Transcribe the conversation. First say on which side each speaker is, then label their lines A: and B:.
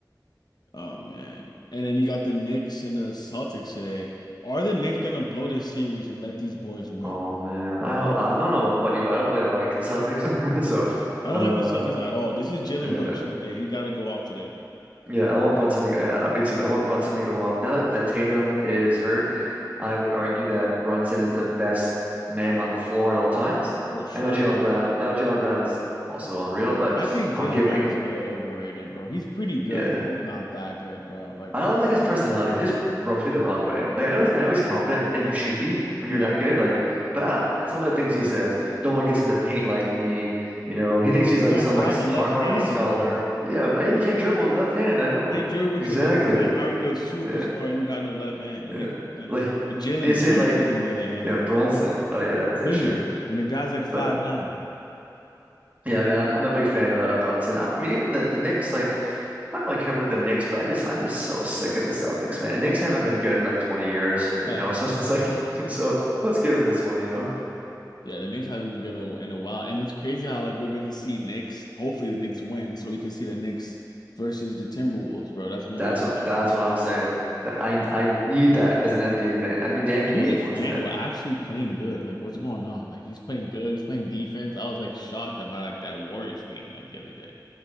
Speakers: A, on the left; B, on the right.
A: Oh man. And then you got the Knicks and the Celtics today. Are the Knicks gonna blow this series and let these boys win?
B: Oh man, I ho- I don't know about you, but I don't really like the Celtics. <laughs> So,
A: I don't
B: uh,
A: like the Celtics at all. This is Jalen
B: yeah.
A: Brunson's day. He gotta go off today
B: Yeah, I want Brunson to go. Yeah, me too. I want Brunson to go off. Now that, that Tatum is hurt, I would argue that Brunson is the best man on the floor at all times.
A: for sure.
B: I know Jalen Brown. I know Jalen Brown is also unreal, but
A: I think
B: I'm
A: Jalen
B: giving.
A: Brown
B: I, g-
A: is so overrated, bro. He's pretty good,
B: yeah,
A: but he's not that good, bro. Like,
B: I don't like his personality. He just rubs me the wrong way. Like I know he's, I know he's confident, and you should be when
A: yeah,
B: you're that good. Like, but I don't know, man. Some of the things he says, no one gets in the paint like me. You know, he thinks he's like
A: you don't
B: some
A: have
B: like Har-
A: a left
B: Harvard
A: hand,
B: scholar.
A: bro.
B: Yeah, but yeah, he can't dribble with left hand. I know
A: Can't drill with
B: exactly.
A: your left hand. How are you a superstar?
B: Yeah.
A: You got no left hand. It
B: Yeah.
A: makes no
B: Like
A: sense.
B: and
A: But Jalen
B: you're saying
A: Brunson
B: like
A: on the other hand,
B: yeah, Bronson. Oh yeah,
A: oh my
B: for
A: goodness,
B: sure.
A: and the guy's like five
B: But
A: nine.
B: yeah, man, I'm I'm a big fan of, of Brunson. I'm, I mean, even the the Knicks, like I don't really care about the Knicks, but I just I'm just so sick of the Celtics, man. And Knicks haven't been good in like 20 years, you
A: Sucks,
B: know. <laughs> So it's
A: sucks,
B: like
A: sucks.
B: <laughs> so let's give them this one, you know.
A: Yeah, the Knicks haven't been good in a in a while, and it's crazy how like we're gonna see Knicks. Hopefully, the Knicks win, so we can see the Knicks versus the Timberwolves, bro. That's gonna
B: That's
A: be
B: what
A: prime
B: that's
A: time.
B: what I'm saying. That I I need that as an NBA fan. I mean, the NBA
A: Julius
B: wants
A: Randle
B: that.
A: actually playing good. Like, what's going on? Like, he's playing good. He's playing defense. I was like shocked about like that Warriors game like the other day.